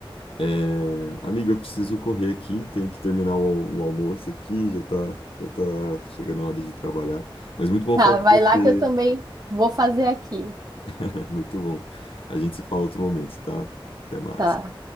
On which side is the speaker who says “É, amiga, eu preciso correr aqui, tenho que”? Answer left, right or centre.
Left